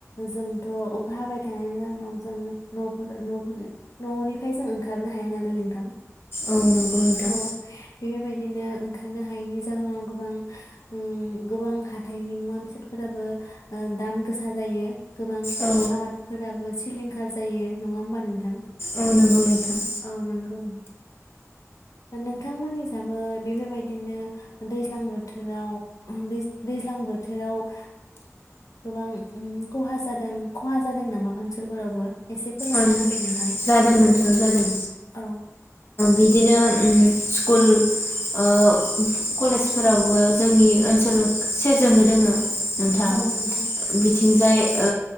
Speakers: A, on the left (about 85°); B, on the left (about 45°).
A: जोंथ' अखा हाबाय थानायनि जाहनाव जोङो न'फोर न'निफ्राय जों ओंखारनो हाया नालाय नोंथां
B: औ नंगौ नोंथां
A: औ बेबायदिनो ओंखारनो हायैनि जाहोनाव गोबां उम गोबां हाथाइनि मुवा बेसादफोराबो ओ दाम गोसा जायो गोबां
B: औ
A: आबादफोराबो सिलिंखार जायो नङा होमबा नोंथां
B: औ नंगौ नोंथां
A: औ नंगौ नोंथांमोननि जाबो बेफोरबायदिनो दैज्लां बोथोराव दैज्लां दैज्लां बोथोराव ओ गोबां खहा जादों खहा जादों नामा ओनसोलफोरावबो एसे फोरमायना
B: अ
A: होलाय नोंथां
B: जादों नोंथां जादों
A: औ
B: बिदिनो उम स्कुल ओ कलेजफोरावबो जोंनि ओनसोल सेरजोंनो दोङो नोंथां
A: औ नोंथां
B: बि जाय ओ